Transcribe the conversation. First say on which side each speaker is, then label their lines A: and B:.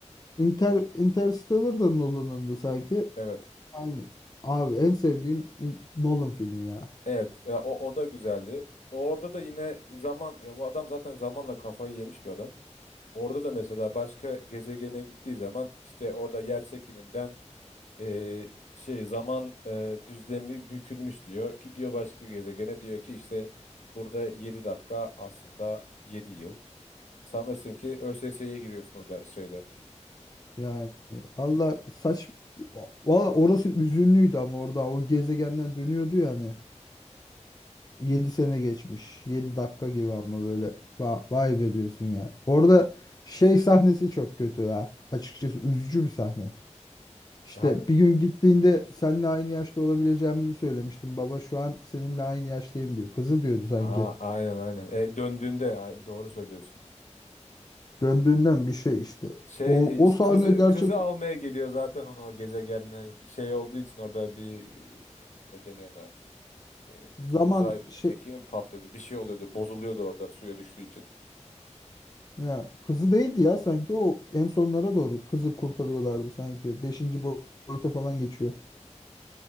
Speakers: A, on the left; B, on the left.
A: Inter Interstellar da Nolan'ındı sanki.
B: Evet.
A: Abi, abi en sevdiğim in- Nolan filmi ya.
B: Evet. Ya o, o da güzeldi. Orada da yine zaman ya bu adam zaten zamanla kafayı yemiş bir adam. Orada da mesela başka gezegene gittiği zaman işte orada yer çekiminden e, şey zaman e, düzlemi bükülmüş diyor. Gidiyor başka bir gezegene diyor ki işte burada 7 dakika aslında 7 yıl. Sanırsın ki ÖSS'ye giriyorsun o da şeyde.
A: Yani valla saç valla orası üzünlüydü ama orada o gezegenden dönüyordu yani. 7 sene geçmiş. 7 dakika gibi ama böyle va- vay be diyorsun ya. Orada şey sahnesi çok kötü ya. Açıkçası üzücü bir sahne. İşte
B: Hani
A: bir gün gittiğinde seninle aynı yaşta olabileceğimizi söylemiştim. Baba şu an seninle aynı yaştayım diyor. Kızı diyordu sanki.
B: a- aynen aynen. E, döndüğünde a- doğru söylüyorsun.
A: Döndüğünden bir şey işte.
B: Şey
A: O,
B: e, işte
A: o sahne
B: kızı
A: gerçek
B: kızı almaya geliyor zaten onu o gezegenden şey olduğu için orada bir e, ne deniyor ona E,
A: zaman
B: uzay
A: şey
B: mekiği mi patlıyordu bir şey oluyordu bozuluyordu orada suya düştüğü için.
A: ya kızı değildi ya sanki o en sonlara doğru kızı kurtarıyorlardı sanki. Beşinci boy- boyuta falan geçiyor.